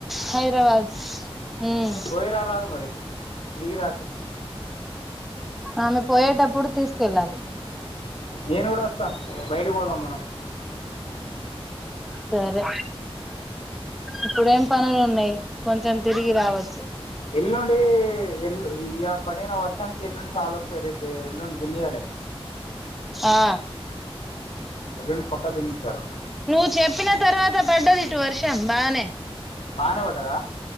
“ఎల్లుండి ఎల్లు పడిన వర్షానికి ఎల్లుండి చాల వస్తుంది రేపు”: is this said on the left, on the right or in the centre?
Left